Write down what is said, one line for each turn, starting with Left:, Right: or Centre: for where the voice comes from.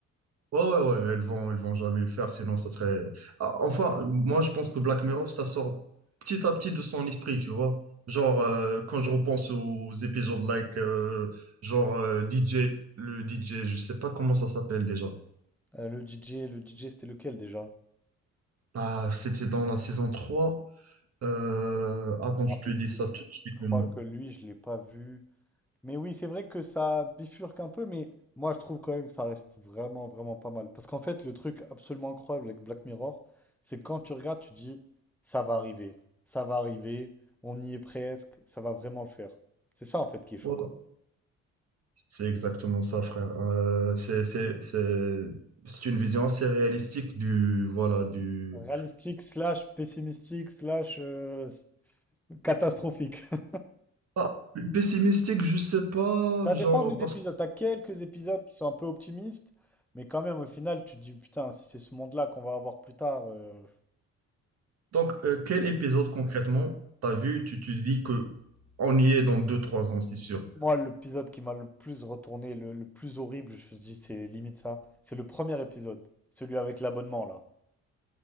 Right: Ouais, ouais, ouais, ils vont, ils vont jamais le faire, sinon ça serait. Ah, Enfin, moi, je pense que Black Mirror, ça sort petit à petit de son esprit, tu vois. Genre, euh, quand je repense aux épisodes like, euh, genre euh, DJ, le DJ, je sais pas comment ça s'appelle déjà.
Centre: Euh, le DJ, le DJ, c'était lequel déjà?
Right: Ah, c'était dans la saison trois Euh, attends,
Centre: Je me
Right: je
Centre: rappelle,
Right: te dis
Centre: plus.
Right: ça tout de suite
Centre: je crois
Right: le nom.
Centre: que lui, je l'ai pas vu. Mais oui, c'est vrai que ça bifurque un peu, mais moi, je trouve quand même que ça reste vraiment, vraiment pas mal. Parce qu'en fait, le truc absolument incroyable avec Black Mirror, c'est que quand tu regardes, tu dis, ça va arriver, ça va arriver, on y est presque, ça va vraiment le faire. C'est ça, en fait, qui est choquant.
Right: Ouais. C'est exactement ça, frère. Euh, c'est, c'est, c'est, c'est une vision assez réalistique du, voilà, du...
Centre: Réalistique, slash pessimistique, slash euh, Catastrophique. <laughs>
Right: Ah, pessimistique, je sais pas,
Centre: Ça
Right: genre,
Centre: dépend des
Right: parce
Centre: épisodes.
Right: que...
Centre: T'as quelques épisodes qui sont un peu optimistes, mais quand même, au final, tu te dis, putain, si c'est ce monde-là qu'on va avoir plus tard. euh,
Right: Donc, euh, quel épisode concrètement t'as vu, tu te dis que on y est dans deux, trois ans, c'est sûr,
Centre: Moi, l'épisode qui m'a le plus retourné, le, le plus horrible, je me dis, c'est limite ça. C'est le premier épisode, celui avec l'abonnement, là.